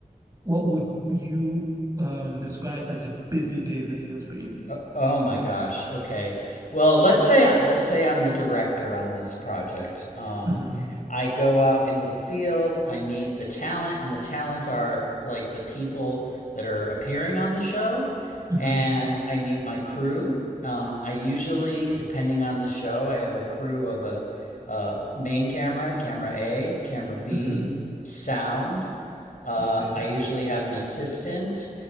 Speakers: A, on the right; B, on the left.
A: What would you um describe as a busy day in the field for you?
B: Uh, Oh my gosh. Okay. Well, let's say uh, let's say I'm the director on this project. Um,
A: Mm-hmm.
B: I go out into the field, I meet the talent, and the talent are like the people that are appearing on the show,
A: Mm-hmm.
B: and I meet my crew. Um, I usually, depending on the show, I have a crew of a uh, main camera, camera A, camera B,
A: Mm-hmm.
B: sound. Uh,
A: Okay.
B: I usually have an assistant